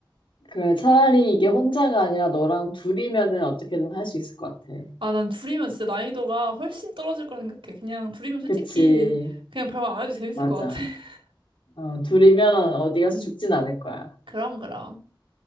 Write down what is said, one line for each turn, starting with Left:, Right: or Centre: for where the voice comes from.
Left: 그래, 차라리 이게 혼자가 아니라 너랑 둘이면은 어떻게든 할 수 있을 것 같아.
Right: 아, 난 둘이면 진짜 난이도가 훨씬 떨어질 거라 생각해. 그냥 둘이면 솔직히
Left: 그치?
Right: 그냥 별말 안 해도 재밌을
Left: 맞아.
Right: 것 같아. <laughs>
Left: 어, 둘이면 어디 가서
Right: 음.
Left: 죽진 않을 거야.
Right: 그럼, 그럼.